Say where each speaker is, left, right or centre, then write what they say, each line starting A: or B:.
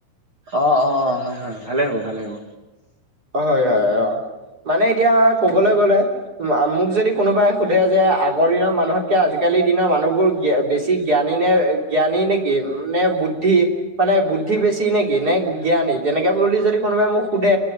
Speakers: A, on the right (about 45°); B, on the right (about 20°).
A: অ' অ! হয়, হয়। ভালেই হ'ব, ভালে হ'ব।
B: হয়, হয়, অ'! মানে, এতিয়া ক'বলৈ গ'লে মোক যদি, কোনোবাই সোধে যে, আগৰ দিনৰ মানুহতকে, আজিকালি দিনৰ মানুহবোৰ, বেছি কি জ্ঞানী নে, জ্ঞানী নেকি, নে বুদ্ধি? মানে, বুদ্ধি বেছি নেকি, নে জ্ঞানী? তেনেকে বুলি যদি কোনোবাই মোক সোধে!